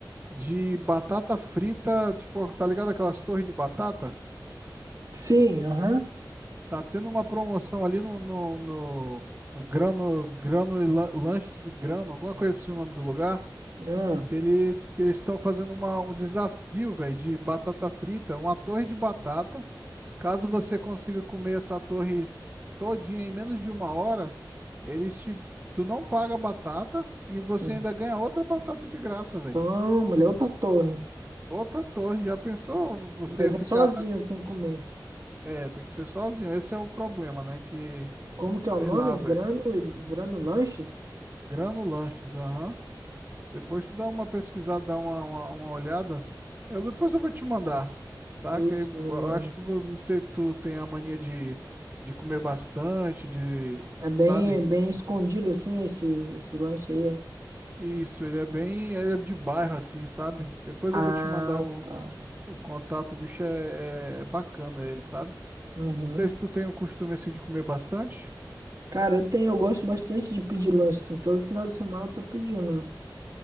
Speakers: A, on the right (about 25°); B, on the right (about 45°).
A: de batata frita. Tipo, tá ligado aquelas torres de batata?
B: Sim, aham.
A: Tá tendo uma promoção ali no, no, no, no Grano, Grano e Lan- Lanches e Grano, alguma coisa assim o nome do lugar.
B: Ah,
A: Que, ele, que eles estão fazendo uma, um desafio, velho, de batata frita, uma torre de batata. Caso você consiga comer essa torre s- todinha em menos de uma hora, eles te, tu não paga a batata e você
B: sim.
A: ainda ganha outra batata de graça, velho.
B: Então, mulher, outra torre.
A: Outra torre. Já pensou você
B: Mas
A: ficar.
B: é sozinho que tem que comer.
A: É, tem que ser sozinho. Esse é o problema, né? Que,
B: Como que
A: sei
B: é o nome?
A: lá, velho.
B: Grano, Grano Lanches?
A: Grano Lanches, aham. Depois tu dá uma pesquisada, dá uma, uma, uma olhada. Eu, depois eu vou te mandar, tá? Que
B: Isso,
A: aí eu
B: me manda.
A: acho que vou- não sei se tu tem a mania de, de comer bastante, de,
B: É bem,
A: sabe?
B: bem escondido assim esse, esse lanche aí. é?
A: Isso, ele é bem, ele é de bairro assim, sabe? Depois
B: Ah,
A: eu vou te mandar o,
B: tá.
A: o contato, o bicho é, é, é bacana ele, sabe?
B: Uhum.
A: Não sei se tu tem o costume assim de comer bastante.
B: Cara, eu tenho, eu gosto bastante de pedir lanche, assim, todo final de semana eu tô pedindo, mano.